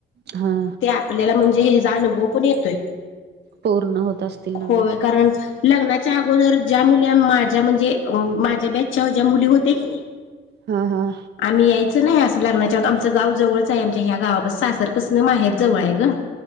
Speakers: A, on the right; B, on the left.
A: हा
B: ते आपल्याला म्हणजे हचा अनुभव पण येतोय
A: पूर्ण होत असतील नवस
B: होय कारण लग्नाच्या अगोदर ज्या मुली माझ्या म्हणजे माझ्या ब्याचच्या ज्या मुली होते की नाही
A: हा हा
B: आम्ही यायचं नाही अस लग्नानच्या आ आमच गाव जवळच आहे आमच्या्या गावापस सासरपसूनं माहेर जवळ आहे ग